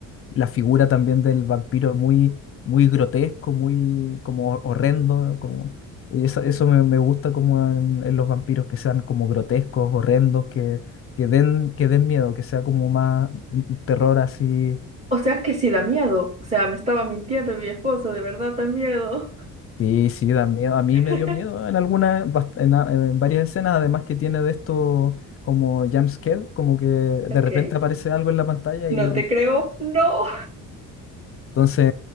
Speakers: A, on the left; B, on the right.
A: la figura también del vampiro muy, muy grotesco, muy como horrendo, como, y eso, eso me, me gusta como en, en los vampiros que sean como grotescos, horrendos, que, que den, que den miedo, que sea como más un- un terror así.
B: O sea que sí da miedo, o sea, me estaba mintiendo mi esposo, de verdad da miedo.
A: Sí, sí, da miedo. A mí
B: <laughs>
A: me dio miedo en algunas, bast- en, a- en varias escenas, además que tiene de esto como jump scare, como que de
B: Ok,
A: repente aparece algo en la pantalla
B: no
A: y,
B: te creo, no,
A: Entonces,